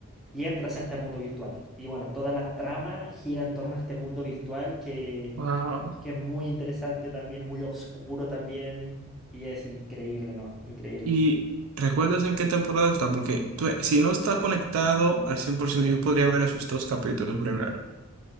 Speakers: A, in the centre; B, on the right.
A: y entras a este mundo virtual. Y bueno, toda la trama gira en torno a este mundo virtual que,
B: Wow.
A: que es muy interesante también, muy oscuro también, y es increíble, ¿no? Increíble.
B: ¿Y recuerdas en qué temporada está? Porque tú- si no está conectado al 100% yo podría ver esos dos capítulos primero.